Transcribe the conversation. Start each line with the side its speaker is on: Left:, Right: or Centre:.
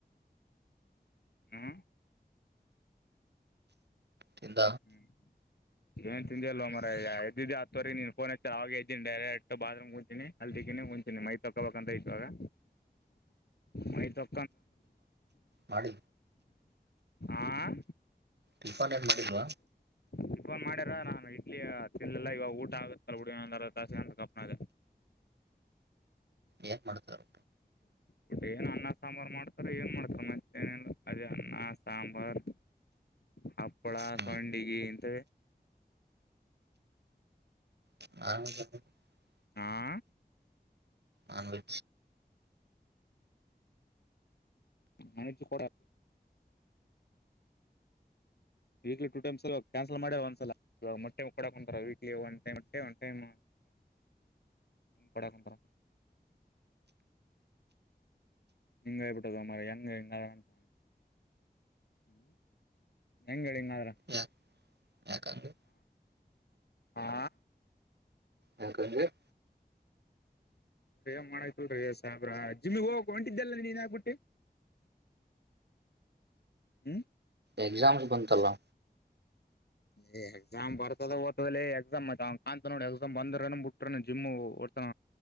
Left: ಹ್ಮ
Right: ತಿಂದ
Left: ಹ್ಮ್ ಏನ್ ತಿಂದಿ ಅಲ್ವ ಮರ ಎದ್ದಿದ್ದಿ ಆತ್ತರಿ ನೀನ್ ಫೋನ್ ಹಚ್ಚ ಆೆ ಇದ್ದೀನಿ ಡೈರೆಕ್ಟ್ ಬಾತ್ರೂಮ್ೂಂಂತೀಿನಿ ಅಲ್ದಕ್ಕಿನಿ ಉಂಂತೀನಿ ಮೈ ತೊಕೋಬೇಕಂತ ಇತ್ತು ಆಾಗ ಮೈ ತ
Right: ಮಾಡ
Left: ಆಂ
Right: ಟಿಫಾನ್ ಏನ್ ಮಾಡಿದ್ವಾ
Left: ಇ ಮಾಡ್ಯಾರ ನಾನು ಇಡ್ಲಿ ತಿನ್ಲ್ಲಾ ಇವಾಗ ಊಟ ಆಗುತ್ತಲ್ುಡಿ ತಾಸಂತ ಕಪ್ನ
Right: ಏನ್ ಮಾಡತಾರೆ
Left: ಟ್ಟ ಏನ್ ಅನ್ನ ಸಾಂಬಾರ್ು ಮಾಡ್ತಾರ ಏನ್ ಮಾಡ್ತಾರ ಮತ್ತೆ ಏನ ಅದೇ ಅನ್ನ ಸಾಂಬಾರ್ ಹಪ್ಪಳ
Right: ಹ್ಮ್
Left: ಸಂಡಗಿ ಇಂತ
Right: ಹ
Left: ಆಾ
Right: ಅಜ
Left: ಮಾನು ಕ ವೀಕ್ಲಿ ಟೂ ಟೈಮ್ಸ್ ಕ್ಯಾನ್ಸಲ್ ಮಾಡ ಒಂದ್ಸಲ ಇವಾಗ ಮೊಟ್ಟೆ ಕೊಡಾಕೊಂತಾರ ವೀಕ್ಲಿ ಒನ್ಟೈಮ್ ಮೆ ಒಟೈಮ್ ಕೊಡಾಕೊಂತಾರ ನಿಂಗೇ ಬಿಟ್ಟ ಮ್ರಂಗಂಗ್ಮಂಗಂಗಾದರ
Right: ಯಾಕೆ ಯಾಕಂದ್ರೆ
Left: ಹಾ.
Right: ಹಕ್ರೆ. <inaudible>
Left: ಏನ ಮಾಡ್ತಲ್ರಿ ಸಾಹೇಬ್ರ ಜಿಮ್ಮಿಗ ಹೋಗ ಹೊಂಟಿದ್ದಲ್ಲ ನೀನ್ ಯಾಕ ಬಿಟ್ಟಿ ಹ್ಮ್.
Right: ಎಕ್ಸಾಮ್ಸ್ ಬಂತಲ್ಲ.
Left: ಏ ಎಕ್ಸಾಮ್ ಬರ್ತದ ಹೋಗ್ದತದಲೆ ಎಕ್ಸಾಮ್ ಆಯತ ಕಾಣಂತ ನೋಡಿ ಎಕ್ಸಾಮ್ ಬಂದ್ರ ಏನ್ ಬಿಟ್ರ ಏನ್ ಜಿಮ್ ಓಡ್ತನ.